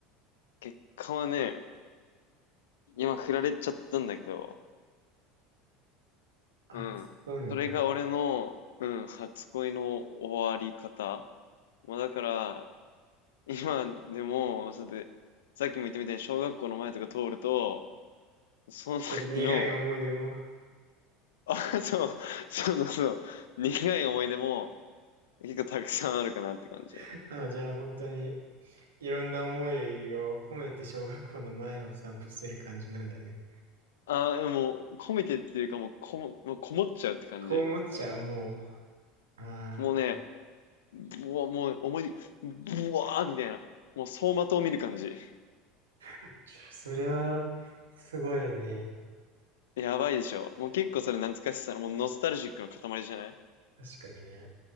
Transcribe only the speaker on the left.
結果はね、今振られちゃったんだけど、
うん。
それが俺の、うん、初恋の終わり方。まあ、だから、今でも、そうやって、さっきも言ったみたいに小学校の前とか通ると、その時の、
あ、そう、そうそうそう、苦い思い出も結構たくさんあるかなって感じ。
あ、もう込めてっていうかもうこも、もうこもっちゃうって感じ。
もうね、ぶわ、もう思い出、ぶわーみたいな。もう走馬灯を見る感じ。
やばいでしょ。もう結構それ懐かしさの、もうノスタルジックの塊じゃない